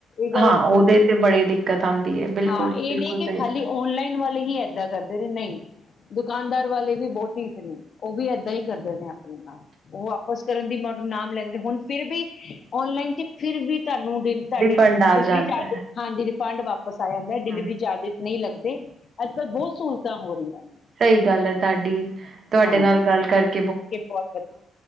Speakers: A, on the left (about 50°); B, on the right (about 50°).
A: ਇਹ ਗੱਲ
B: ਹਾਂ ਉਹਦੇ
A: ਗ
B: ਤੇ ਬੜੀ ਦਿੱਕਤ ਆਉਂਦੀ ਹੈ ਬਿਲਕੁਲ
A: ਹਾਂ ਇਹ
B: ਬਿਲਕੁਲ
A: ਨਹੀਂ ਕਿ
B: ਸਹੀ
A: ਖਾਲੀ
B: ਗੱਲ
A: ਓਨਲਾਈਨ ਵਾਲੇ ਹੀ ਏਦਾਂ ਕਰਦੇ ਨੇ ਨਹੀਂ ਦੁਕਾਨਦਾਰ ਵਾਲੇ ਵੀ ਬਹੁਤ ਢੀਠ ਨੇ ਉਹ ਵੀ ਏਦਾਂ ਹੀ ਕਰਦੇ ਨੇ ਆਪਣੇ ਨਾਲ ਉਹ ਵਾਪਸ ਕਰਨ ਦੀ ਮ ਨਾਮ ਲੈਂਦੇ ਨੇ ਹੁਣ ਫਿਰ ਵੀ ਔਨਲਾਈਨ ਚ ਫਿਰ ਵੀ ਤੁਹਾਨੂੰ ਦਿਨ ਤੁਹਾਡੀ
B: ਰਿਫੰਡ
A: ਦੁਸਰੀ
B: ਆ ਜਾਂਦਾ
A: ਚਾ
B: ਹੈ
A: ਹਾਂਜੀ ਫੰਡ ਵਾਪ ਪਸਾਇਆ ਜਾਂਦਾ ਡਿਲੀਵਰੀ
B: ਹਮ
A: ਚਾਰਜ ਨਹੀਂ ਲੱਗਦਾ ਤੇ ਅੱਜ ਕੱਲ੍ਹ ਬਹੁਤ ਸਹੂਲਤਾਂ ਹੋ ਰਹੀਆਂ ਨੇ
B: ਸਹੀ ਗੱਲ ਹੈ ਤੁਹਾਡੀ ਤੁਹਾਡੇ
A: ਹਾਂਜੀ
B: ਨਾਲ ਗੱਲ ਕਰਕੇ
A: ਬਹੁਤ ਵਧੀਆ